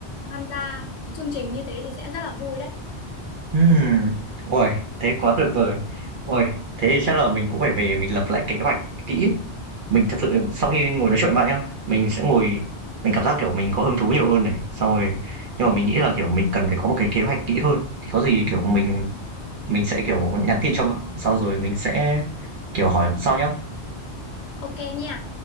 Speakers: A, on the left; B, on the right.
A: tham gia cái chương trình như thế thì sẽ rất là vui đấy.
B: Ừm, Ôi thế quá tuyệt vời Ôi thế thì chắc là mình cũng phải về mình lập lại kế hoạch kỹ mình thật sự sau khi ngồi nói chuyện với bạn nhá mình sẽ ngồi mình cảm giác kiểu mình có hứng thú nhiều hơn này xong rồi nhưng mà mình nghĩ là kiểu mình cần phải có một cái kế hoạch kỹ hơn thì có gì kiểu mình mình sẽ kiểu nhắn tin cho bạn sau rồi mình sẽ kiểu hỏi sau nhá
A: Ok nha,